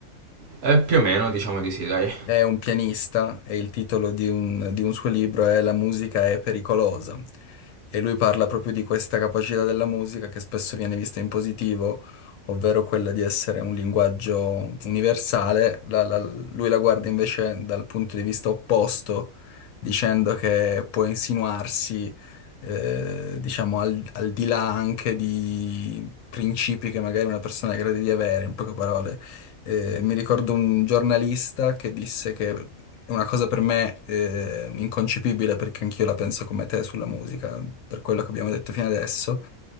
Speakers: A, on the right; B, on the left.
A: Eh, più o meno, diciamo di sì, dai.
B: È un pianista e il titolo di un, di un suo libro è La musica è pericolosa. E lui parla proprio di questa capacità della musica che spesso viene vista in positivo, ovvero quella di essere un linguaggio universale. La- la- lui la guarda invece dal punto di vista opposto, dicendo che può insinuarsi, eh, diciamo, al, al di là anche di principi che magari una persona crede di avere, in poche parole. Eh, mi ricordo un giornalista che disse che è una cosa per me eh, inconcepibile perché anch'io la penso come te sulla musica, per quello che abbiamo detto fino adesso.